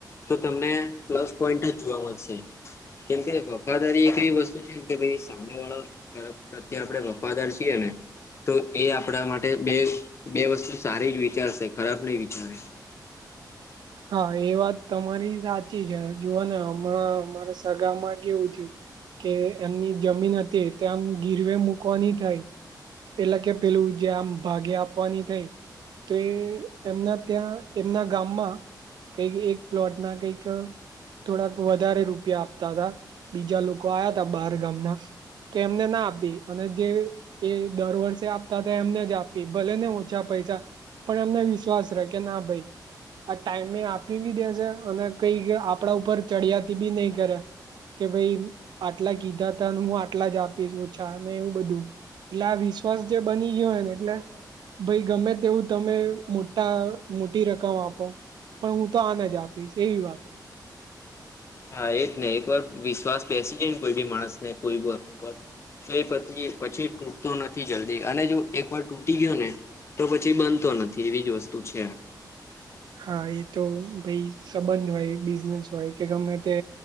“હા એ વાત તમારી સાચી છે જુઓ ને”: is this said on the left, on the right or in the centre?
Right